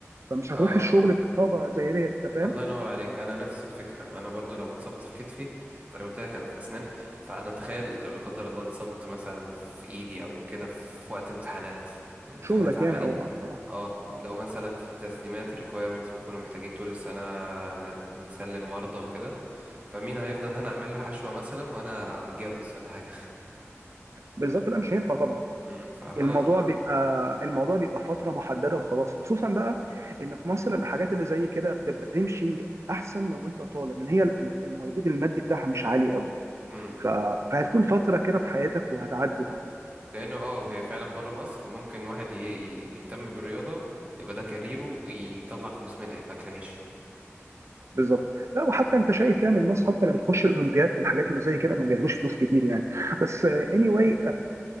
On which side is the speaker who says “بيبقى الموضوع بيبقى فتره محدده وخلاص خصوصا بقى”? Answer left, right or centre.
Right